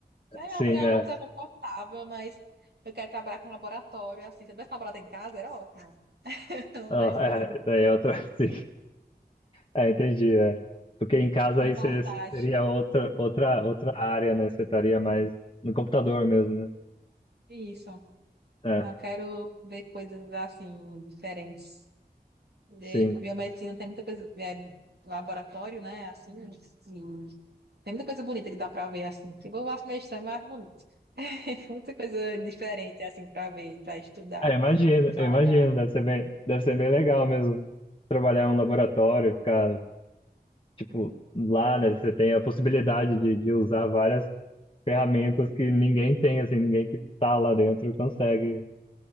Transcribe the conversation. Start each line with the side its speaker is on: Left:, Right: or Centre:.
Right: É é
Left: sim,
Right: uma
Left: é.
Right: coisa confortável, mas eu quero trabalhar com laboratório, assim. Se eu tivesse laboratório em casa, era ótimo. <laughs>
Left: Ah,
Right: Mas com
Left: é, daí é outra, <laughs> sim. Ah, entendi. É. Porque em casa
Right: um
Left: aí
Right: portátil.
Left: você você seria outra, outra, outra área, né? Você estaria mais no computador mesmo, né?
Right: Isso.
Left: É,
Right: Eu quero ver coisas, assim, diferentes. De
Left: sim.
Right: biomedicina tem muita coisa... é, laboratório, né? Assim, e tem muita coisa bonita que dá pra ver, assim. Tipo, eu acho meio estranho, mas acho bonito. <laughs> Muita coisa diferente, assim, pra ver, pra estudar,
Left: É, imagino,
Right: pra
Left: eu imagino.
Right: olhar.
Left: Deve ser bem, deve ser bem legal mesmo trabalhar em um laboratório, ficar, tipo, lá,
Right: É,
Left: né? Você tem a possibilidade de, de usar várias ferramentas que ninguém tem, assim, ninguém que tá lá dentro consegue